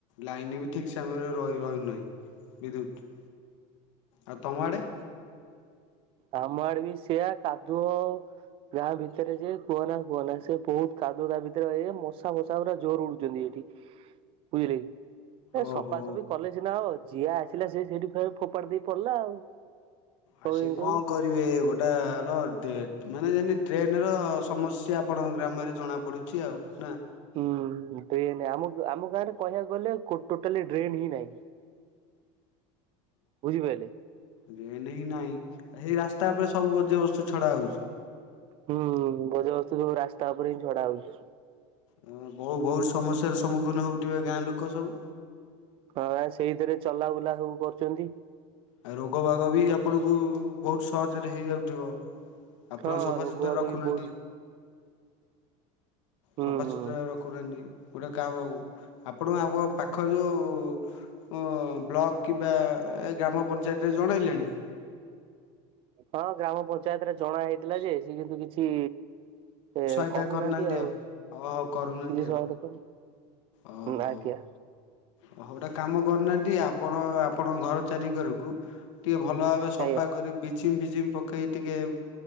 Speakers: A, on the left; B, on the right.
A: ଲାଇନି ବି ଠକ୍ ସମୟରେ ରହି ରହୁନାହିଁ ବିଦ୍ୟୁତ୍। ଆଉ ତମ ଆଡ଼େ?
B: ଆମ ଆଡେ ବି ସେୟା କାଦୁଅ। ଗାଁ ଭିତେରେ ଯେ କୁହନା-କୁହନା ସେ ବହୁତ୍ କାଦୁଅ ତା ଭିତରେ ବା ଏ ମଶା ଫଶା ପୁରା ଜୋରେ ଉଡୁ ଚନ୍ତି ଏଠି ବୁଝିଲେ କି। ଏ
A: ଓହୋ
B: ସଫାସଫି କଲେ ସିନା ହବ, ଯିଏ ଆସିଲା ସିଏ ସେଇଠି ଫେରେ ଫୋପାଡି ଦେଇ ପଡିଲା ଆଉ। ସବୁ
A: ଆ ସେ
B: ଜିନିଷକୁ
A: କଣ କରିବେ ଗୋ ଟାର ଡେ ମାନେ ଯେନ୍ତି ଡ୍ରେନର ସମସ୍ୟା ଆପଣଙ୍କ ଗ୍ରାମରେ ଜଣାପଡ଼ୁଚି ଆଉ ନା?
B: ହୁଁ ଡ୍ରେନ୍ ଆମ-ଆମ ଗାଁ ରେ କହିବାକୁ ଗଲେ କୋ ଟୋଟାଲି ଡ୍ରେନ୍ ହିଁ ନାହିଁ। ବୁଝିପାଇଲେ।
A: ଡ୍ରେନ୍ ହିଁ ନାହିଁ ହେଇ ରାସ୍ତା ଉପରେ ସବୁ ବଜ୍ୟବସ୍ତୁ ଛଡା ହଉଛି।
B: ହୁଁ ବଯ୍ୟବସ୍ତୁ ସବୁ ରାସ୍ତା ଉପରେ ହିଁ ଛଡା ହଉଛି।
A: ହଁ ବହୁ ବହୁତ୍ ସମସ୍ୟାର ସମ୍ମୁଖୀନ ହଉଥିବେ ଗାଁ ଲୋକ ସବୁ?
B: ହଁ ବା ସେଇଥିରେ ଚଲା ବୁଲା ସବୁ କରୁଚନ୍ତି।
A: ଆଉ ରୋଗ ବାଗ ବି ଆପଣଙ୍କୁ ବହୁତ୍ ସହଜରେ ହେଇଯାଉଥିବ। ଆପଣ
B: ହଁ
A: ସଫାସତୁରା
B: ରୋଗ ବାଗ
A: ରଖୁନାହାନ୍ତି,
B: ବି ବହୁତ ହୁଁ
A: ସଫାସତୁରା
B: ହୁଁ
A: ର ଖୁନାହାନ୍ତି ଗୋଟେ କାମକୁ ଆପଣ <unintelligible> ପାଖ ଯୋଉ ଓ ବ୍ଲକ୍ କିମ୍ବା ଏ ଗ୍ରାମ ପଞ୍ଚାୟତରେ ଜଣେଇଲେଣି?
B: ହଁ ଗ୍ରାମ ପଞ୍ଚାୟତରେ ଜଣା ହେଇଥିଲା ଯେ, ସେ କିନ୍ତୁ କିଛି ଏ
A: ସହାୟତା
B: କହୁନାହାନ୍ତି
A: କରିନାହାନ୍ତି
B: ଆଉ
A: ହଁ ହଉ କରୁନାହାନ୍ତି
B: କିଛି!
A: ଆଉ
B: !!!!!!!!
A: ଓହୋ।
B: ! ହୁଁ ଆଜ୍ଞା।
A: ହଉ ଗୋଟେ କାମ କରୁନାହାନ୍ତି ଆପଣ ଆପଣଙ୍କ ଘର ଚାରି କରକୁ ଟିକେ ଭଲ ଭାବେ ସଫା
B: ଆଜ୍ଞା
A: କରି ବଚିଙ୍ଗ ଫିଚିଙ୍ଗ ପକେଇ ଟିକେ